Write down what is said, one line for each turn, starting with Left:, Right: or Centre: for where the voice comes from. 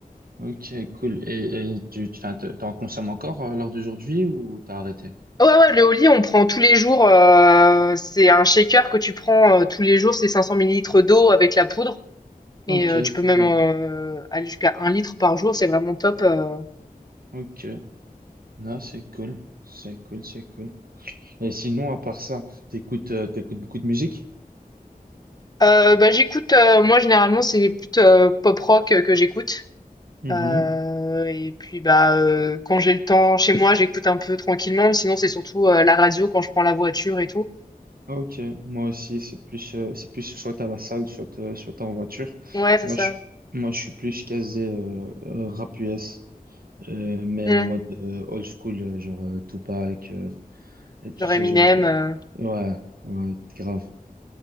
Right: ok, cool. Et, et tu, tu- enfin, te- t'en consommes encore euh, lors d'aujourd'hui ou t'as arrêté?
Left: Ouais, ouais, le Oli, on prend tous les jours. euh, c'est un shaker que tu prends euh, tous les jours, c'est 500 millilitres d'eau avec la poudre.
Right: Ok,
Left: Et euh, tu peux même
Right: cool.
Left: euh, aller jusqu'à un litre par jour, c'est vraiment top. euh.
Right: Ok. Non, c'est cool. C'est cool, c'est cool. Et sinon, à part ça, t'écoutes, euh, t'écoutes beaucoup de musique?
Left: Euh, bah, j'écoute, euh, moi généralement, c'est les pop rock euh, que j'écoute.
Right: Mhm.
Left: Euh, et puis bah euh, quand j'ai le temps chez moi, j'écoute un peu tranquillement, mais sinon c'est surtout euh, la radio quand je prends la voiture et tout.
Right: Ok, moi aussi, c'est plus, euh, c'est plus soit à la salle, soit, euh, soit en voiture.
Left: Ouais, c'est
Right: Moi,
Left: ça.
Right: je, moi, je suis plus casé euh, euh, rap US. Euh, mais
Left: Hmm.
Right: en mode euh, old school, euh, genre euh, Tupac, euh, et tous
Left: Genre
Right: ces
Left: Eminem.
Right: genres de...
Left: euh,
Right: Ouais, ouais, grave,